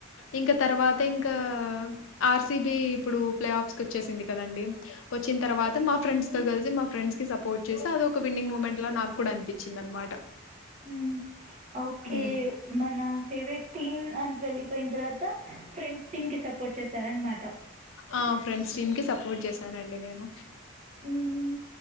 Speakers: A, on the left; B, on the right.
A: ఇంకా తర్వాత తర్వాత ఇంకా ఆర్సిబి ఇప్పుడు ప్లే ఆఫ్స్ కు వచ్చేసింది కదా అండి వచ్చిన తర్వాత మా ఫ్రెండ్స్ తో కలిసి మా ఫ్రెండ్స్ కి సపోర్ట్ చేసి అద ఒక విన్నింగ్ మూమెంట్ లో నాకు కూడా అనిపించింది అనమాట
B: ఉమ్ ఓకే
A: ఉమ్.
B: మన ఫేవరెట్ టీమ్ అని వెళ్లిపోయిన తర్వాత ఫ్రెండ్స్ టీమ్ కి సపోర్ట్ చేశార అనమాట
A: ఆ ఫ్రెండ్స్ టీమ్ కి సపోర్ట్ చేసానండి నేను
B: మ్మ్.